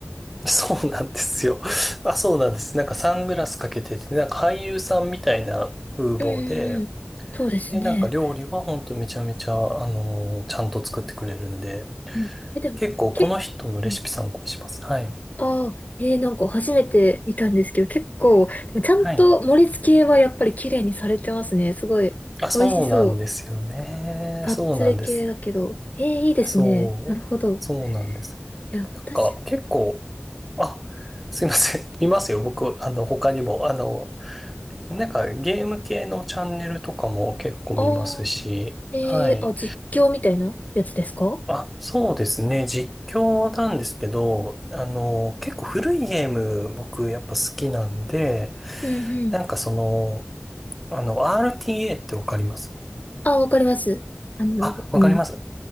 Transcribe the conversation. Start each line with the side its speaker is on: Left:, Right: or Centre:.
Centre: そうなんですよ。<laughs> あ、そうなんです。なんかサングラスかけてて、なんか俳優さんみたいな風貌で、
Left: うんうんうん。そうですね。
Centre: で、なんか料理はほんとめちゃめちゃ、あのーちゃんと作ってくれるんで、
Left: うん。え、でも、
Centre: 結構この人のレシピ参考にします。
Left: け、うん
Centre: はい。
Left: ああ、えー、なんか初めて見たんですけど、結構、ちゃんと盛り付けはやっぱり綺麗にされてますね。
Centre: はい。
Left: すごい、
Centre: あ、そうなんですよね。
Left: 美味しそう。がっつり系だけど。
Centre: そうなんです。
Left: えー、いいですね。
Centre: そう。
Left: なるほど。
Centre: そうなんです。
Left: いや、
Centre: でもなんか結構、
Left: 私、
Centre: あ、すいません。<laughs> 見ますよ。僕、あの、他にも、あの、なんかゲーム系のチャンネルとかも結構見ますし、
Left: ああ、えー、
Centre: はい。
Left: あ、実況みたいなやつですか
Centre: あ、そうですね。実況なんですけど、あの、結構古いゲーム僕やっぱ好きなんで、
Left: うんうん。
Centre: なんかその、あの、RTA ってわかります
Left: あ、わかります。あの、
Centre: あ、
Left: うん。
Centre: わかります